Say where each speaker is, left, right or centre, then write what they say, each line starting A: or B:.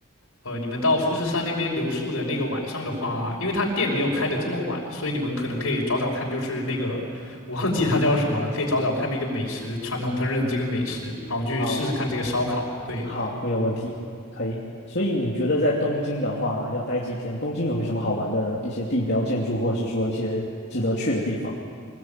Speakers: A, on the left; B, on the left.
A: 呃你们到富士山那边留宿的那个晚上的话，因为它店没有开的这么晚，所以你们可能可以找找看，就是那个我忘记它叫什么了，可以找找看那个美食，传统烹饪的这个美食，然后去试试看这个烧烤。
B: 好，
A: 对，
B: 好，没有问题，可以。所以你觉得在东京的话要待几天？东京有没有什么好玩的一些地标建筑，或者是说一些值得去的地方？